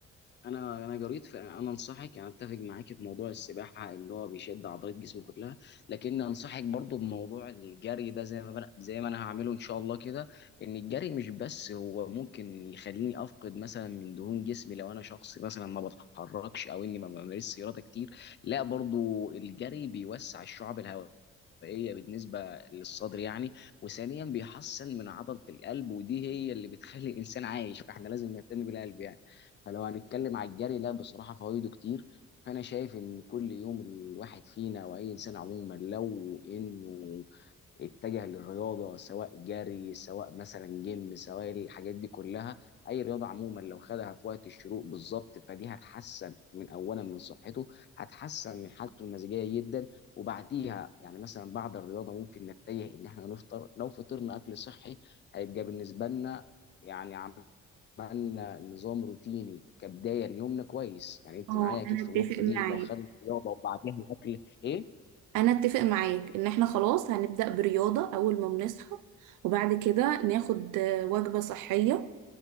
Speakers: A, on the left; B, on the right.
A: انا انا جريت ف- انا انصحك انا اتفق معاك في موضوع السباحه اللي هو بيشد عضلات جسمك كلها لكن انصحك برضو بموضوع الجري ده زي ما بنا زي ما انا هعمله ان شاء الله كده ان الجري مش بس هو ممكن يخليني افقد مثلا من دهون جسمي لو انا شخص مثلا ما بتحركش او اني ما بمارسش رياضه كتير لا برضو الجري بيوسع الشعب الهوائيه بالنسبه للصدر يعني وثانيا بيحسن من عضله القلب ودي هي اللي بتخلي الانسان عايش فاحنا لازم نهتم بالقلب يعني فلو هنتكلم على الجري لا بصراحة فوائده كتير فأنا شايف إن كل يوم الواحد فينا وأي إنسان عموما لو إنه اتجه للرياضة سواء جري سواء مثلا جيم سواء الحاجات دي كلها أي رياضة عموما لو خدها في وقت الشروق بالظبط فدي هتحسن من أولا من صحته هتحسن من حالته المزاجية جدا وبعديها يعني مثلا بعد الرياضة ممكن نتجه إن إحنا نفطر لو فطرنا أكل صحي هيبقى بالنسبة لنا يعني عملنا نظام روتيني كبدايه ليومنا كويس يعني انت
B: اه
A: معايا اكيد
B: انا
A: في النقطه
B: اتفق
A: دي
B: معاك
A: لو خدنا الرياضه وبعدها الاكل ايه
B: انا اتفق معاك ان احنا خلاص هنبدأ برياضة اول ما بنصحى وبعد كده ناخد آه، وجبة صحية